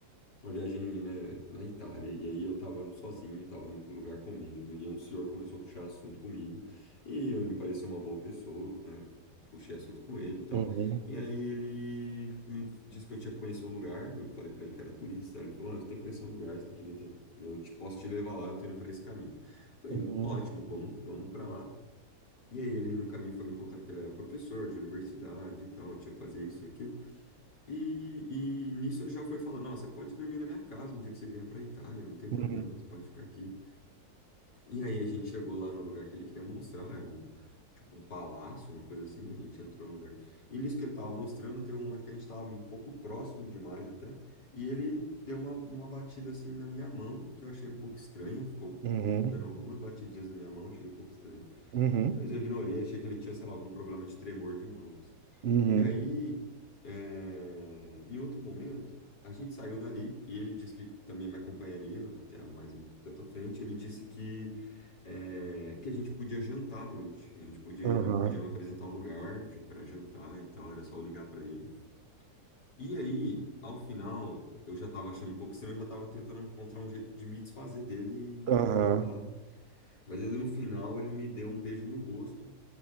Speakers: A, on the left (about 85°); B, on the right (about 60°).
A: uma viagem, né, na Itália, e aí eu tava no- sozinho, tava num lugar comendo, e um senhor começou a puxar assunto comigo, e ele me pareceu uma boa pessoa, né, puxei assunto com ele e tal,
B: Uhum,
A: e aí ele me disse que eu tinha que conhecer um lugar, eu falei pra ele que era turista, ele falou, ah, você tem que conhecer um lugar, você tem que vir até, eu te, posso te levar lá, eu tô indo pra esse caminho. Eu Falei,
B: uhum,
A: ótimo, vamos, vamos pra lá. E aí ele no caminho foi me contando que ele era professor de universidade e tal, tinha que fazer isso e aquilo. E, e nisso ele já foi falando, ó, você pode dormir na minha casa um dia que você vier para Itália, não tem problema,
B: uhum,
A: você pode ficar aqui. E aí a gente chegou lá no lugar que ele queria mostrar, era um tipo um palácio, uma coisa assim, a gente entrou no lugar. E nisso que ele tava mostrando, teve um momento que a gente tava um pouco próximo demais até, e ele deu uma, uma batida assim na minha mão, que eu achei um pouco estranha, ficou
B: uhum,
A: d- dando algumas batidinhas na minha mão, achei um pouco estranho.
B: uhum,
A: Mas eu ignorei, achei que ele tinha, sei lá, algum problema de tremor de mão, assim.
B: uhum,
A: E aí, eh, em outro momento, a gente saiu dali e ele disse que também me acompanharia até mais um tanto à frente. Ele disse que, eh, que a gente podia jantar à noite. A gente podia, ele
B: aham,
A: podia me apresentar um lugar para jantar e tal, era só eu ligar para ele. E aí, ao final, eu já estava achando um pouco estranho, eu já estava tentando encontrar um jeito de me desfazer dele e ir
B: aham,
A: para outro lado. Mas ainda no final, ele me deu um beijo no rosto